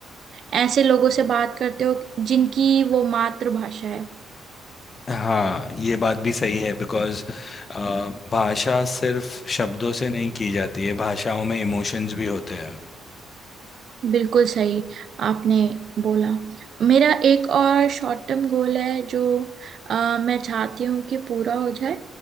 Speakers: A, on the right; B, on the left.
A: ऐसे लोगों से बात करते हो जिनकी वो मातृभाषा है
B: हाँ ये बात भी सही है बिकॉज भाषा सिर्फ शब्दों से नहीं की जाती है भाषाओं में इमोशंस भी होते हैं
A: बिल्कुल सही आपने बोला मेरा एक और शॉर्ट टर्म गोल है जो अ, मैं चाहती हूँ कि पूरा हो जाए